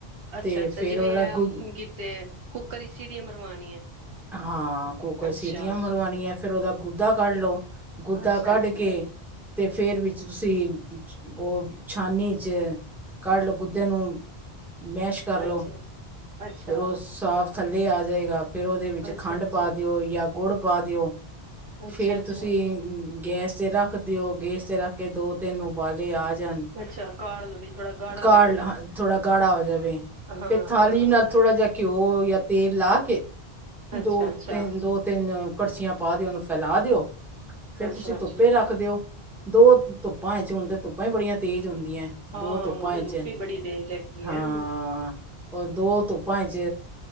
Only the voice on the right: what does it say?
ਅਛਾ-
ਅਛਾ
ਜਿਵੇ
ਇਹ
ਕੀਤੇ ਕੁੱਕਰ ਦੀ ਸੀੜੀ ਮਰਵਾਉਣੀ ਹੈ।
ਅੱਛਾ
ਅੱਛਾ
ਅੱਛਾ
ਅੱਛਾ ਅੱਛਾ ਅੱਛਾ
ਅੱਛਾ
ਅੱਛਾ
ਅੱਛਾ
ਅੱਛਾ ਕਾਲ ਲੋ ਵੀ ਥੋੜਾ ਗਾੜਾ
ਹੋ ਜਾਵੇ
ਹਾਂ
ਹਾਂ
ਅੱਛਾ
ਅੱਛਾ
ਅੱਛਾ
ਅੱਛਾ
ਹਾਂ
ਉਹ ਤੇ
ਧੁੱਪ ਹੀ ਬੜੀ ਤੇਜ਼ ਹੈਗੀ
ਹੈ